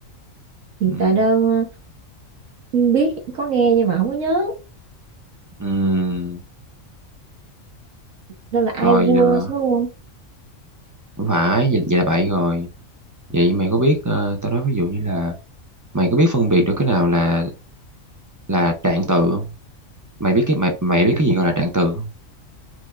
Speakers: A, on the right; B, on the right.
A: hiện
B: Ừ,
A: tại đơn à, biết có nghe nhưng mà không có nhớ
B: ừ,
A: đó là
B: rồi
A: I was
B: ờ,
A: đúng không
B: không phải vậy, vậy là bậy rồi. Vậy mày có biết ờ, tao nói ví dụ như là mày có biết phân biệt được cái nào là là trạng từ không? mày biết cái mày mày biết cái gì gọi là trạng từ không?